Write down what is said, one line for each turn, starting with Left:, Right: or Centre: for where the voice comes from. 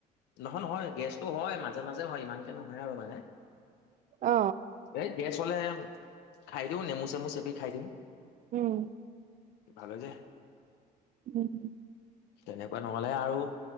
Left: নহয় নহয় গেছটো হয় মাজে মাজে হয় ইমানকে নহয় আৰু মানে
Right: অ
Left: এ গেছ হলে খাই দিওঁ নেমু চেমু চেপি খাই দিওঁ
Right: উম
Left: ভাল হৈ যায়
Right: উম
Left: তেনেকুৱা নহলে আৰু